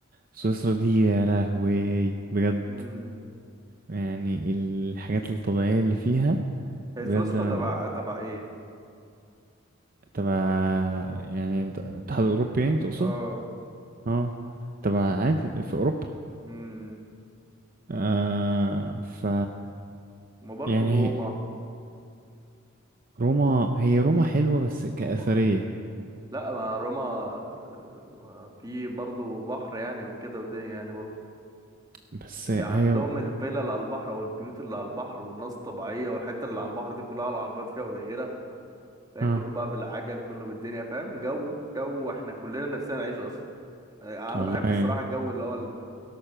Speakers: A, on the right; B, on the right.
A: سويسرا دي يا لهوي بجد
B: امم
A: يعني الحاجات الطبيعية اللي فيها
B: هي
A: بجد
B: سويسرا
A: انا
B: تبع تبع ايه؟
A: تبع يعني انت- اتحاد اوروبي يعني تقصد
B: اه
A: اه تبع عادي في اوروبا
B: امم
A: آه ف
B: ما برضه
A: يعني
B: روما
A: هي- روما هي روما حلوة بس كأثرية
B: روما رهيبة لا ما روما آه، في برضه بحر يعني وكده ودنيا يعني برضه
A: بس هي
B: عندهم الفيلا اللي على البحر او البيوت اللي على البحر والناس طبيعية والحتة اللي على البحر دي كلها العربيات فيها قليلة فهي
A: اه
B: كله بقى بالعجل كله بالدنيا فاهم جو جو احنا كلنا نفسنا نعيشه اصلا آه، انا
A: والله
B: بحب الصراحة الجو اللي هو ال-